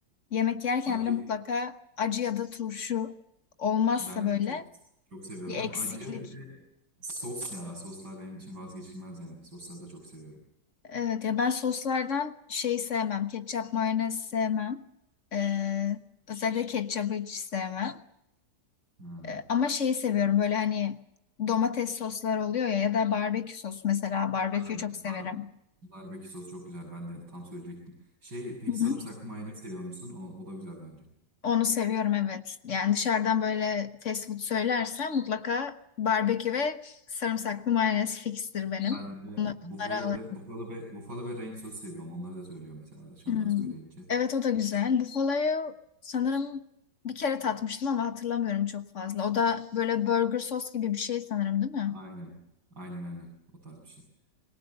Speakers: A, on the left; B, on the right.
A: yemek yerken
B: Acı
A: bile mutlaka acı ya da turşu olmazsa
B: Ben
A: böyle
B: de çok çok seviyorum.
A: bir eksiklik
B: Hem acı bir de sos ya. Soslar benim için vazgeçilmez yani. Sosları da çok seviyorum.
A: Evet ya ben soslardan şeyi sevmem. Ketçap, mayonez sevmem. Ee, özellikle ketçabı hiç sevmem.
B: Hmm.
A: Ee, ama şeyi seviyorum böyle hani domates soslar oluyor ya ya da barbekü sos mesela. Barbeküyü
B: Aynen
A: çok severim.
B: bar barbekü sos çok güzel. Ben de tam söyleyecektim. Şey peki
A: Hı hı.
B: sarımsaklı mayonez seviyor musun? O, o da güzel bence.
A: Onu seviyorum evet. Yani dışarıdan böyle fast food söylersem mutlaka barbekü ve sarımsaklı mayonez fikstir benim.
B: Ben de
A: Bunlar-
B: buffalo
A: Bunlara
B: ve buffalo ve buffalo ve ranch sos seviyorum. Onları da söylüyorum mesela dışarıdan
A: Hmm.
B: söyleyince.
A: Evet o da güzel. Buffalo'yu sanırım bir kere tatmıştım ama hatırlamıyorum çok fazla. O da böyle burger sos gibi bir şey sanırım değil mi?
B: Aynen. Aynen aynen. O tarz bir şey.